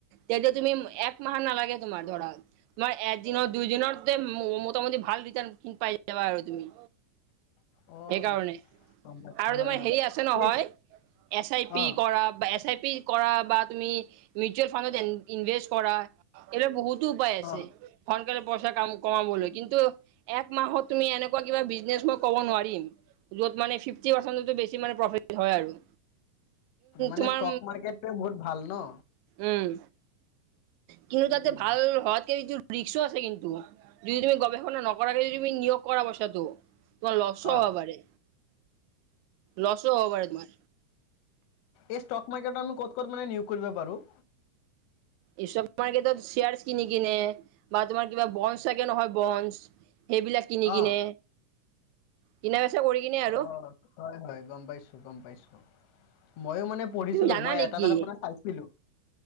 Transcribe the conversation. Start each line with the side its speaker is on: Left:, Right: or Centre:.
Right: তেতিয়া তুমি এক মাহ নালাগে তোমাৰ ধৰা তোমাৰ এদিনৰ দুইদিনৰ মোটামুটি। ভাল ৰিটাৰ্ কিন পাই যাবা আৰু তুমি
Left: <unintelligible> অ
Right: সেই কাৰণে
Left: গম পাইছোঁ,
Right: আৰু
Left: হয়
Right: তোমাৰ
Left: হয়
Right: হেৰি আছে নহয়
Left: এই
Right: এছ আই পি
Left: অ
Right: কৰা বা এছ আই পি বা তুমি ম ফতভে কৰা। এইবাৰ বহুতো উপায় আছে
Left: অ
Right: সোনকালে পইচা কাম কমাবলৈ কিন্তু এক মাহত তুমি এনেকুৱা। কিব বিজনে মই ক'ব নোৱাৰিম যত মানে ফিফটি পাৰ্চট বেছি মানে প্ৰফিট হয় আৰু
Left: মানে
Right: তোমাৰ
Left: ষ্টক মাৰ্কেটটো বহুত ভাল ন
Right: উম কিন্তু
Left: উম,
Right: তাতে ভাল হোৱাতকে এইটো ৰিক্স আছে কিন্তু যদি তুমি গৱেষণা নকৰাকে যদি তুমি নিয়োগ কৰা পইছাটো। তোমাৰ লচও
Left: অ
Right: হব পাৰে লছো হ'ব পাৰে তোমাৰ
Left: এই ষ্টক মাৰ্কেটন ক। মানে নিয়োগ কৰিব পাৰোঁ।
Right: এই চব মাৰ্কেটত শ্বেয়াৰছ কিনি কিনে বা তোমাৰ কিবা বন চাগে নহয় বনছ। সেইবিলাক কিনি কিনে
Left: অ
Right: কিনা। কৰি কিনে আৰু
Left: অ হয় হয় গম পাইছো গম পাইছো ময়ো মানে পঢ়িছিলো
Right: তুমি জানা
Left: মই
Right: নেকি
Left: এটা জাগাত মানে চাইছিলো